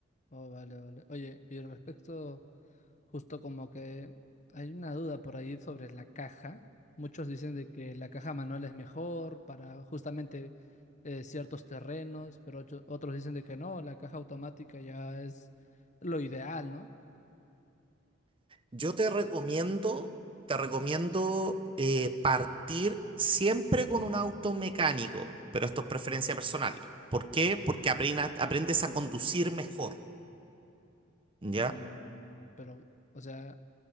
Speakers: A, on the left (about 40°); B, on the right (about 25°).
A: Oh, vale, vale. Oye, y al respecto, justo como que hay una duda por ahí sobre la caja. Muchos dicen de que la caja manual es mejor para justamente eh, ciertos terrenos, pero ocho- otros dicen de que no, la caja automática ya es lo ideal, ¿no?
B: Yo te recomiendo, te recomiendo eh, partir siempre con un auto mecánico, pero esto es preferencia personal. ¿Por qué? Porque aprena- aprendes a conducir mejor, ¿ya?
A: Mm, mm, pero, o sea,